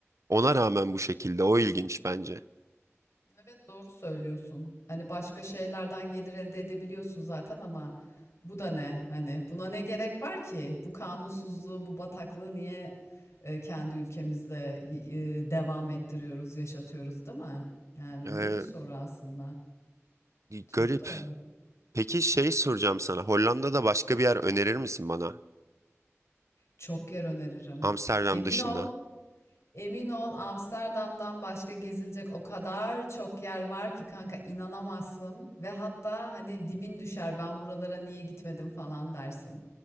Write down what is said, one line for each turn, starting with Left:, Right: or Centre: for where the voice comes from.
Right: Ona
Left: evet.
Right: rağmen bu şekilde o ilginç bence.
Left: Evet doğru söylüyorsun. Hani başka şeylerden gelir elde edebiliyorsun zaten ama bu da ne? Hani buna ne gerek var ki? Bu kanunsuzluğu, bu bataklığı niye e, kendi ülkemizde e, devam ettiriyoruz, yaşatıyoruz, değil mi? Yani
Right: Ee,
Left: bu da bir soru aslında. Çok
Right: garip.
Left: doğru.
Right: Peki şey soracağım sana. Hollanda'da başka bir yer önerir misin bana?
Left: Çok yer öneririm.
Right: Amsterdam
Left: Emin
Right: dışında.
Left: ol, Emin ol Amsterdam'dan başka gezilecek o kadar çok yer var ki kanka inanamazsın ve hatta hani dibin düşer ben buralara niye gitmedim falan dersin.